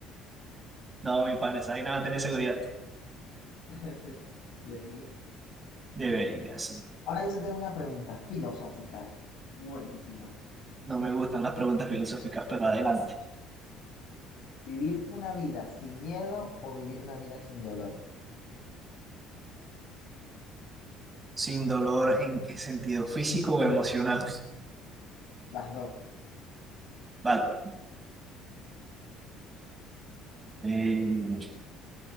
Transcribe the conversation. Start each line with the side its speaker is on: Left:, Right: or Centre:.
Right: No, mi pan, esa vaina va a tener seguridad.
Left: <laughs> Debería.
Right: Deberías.
Left: Ahora yo sí tengo una pregunta filosófica. Buenísima.
Right: No me gustan las preguntas filosóficas, pero adelante.
Left: ¿Vivir una vida sin miedo o vivir una vida sin dolor?
Right: ¿Sin dolor en qué sentido? ¿Físico o emocional?
Left: Las dos.
Right: Bárbaro. Eh,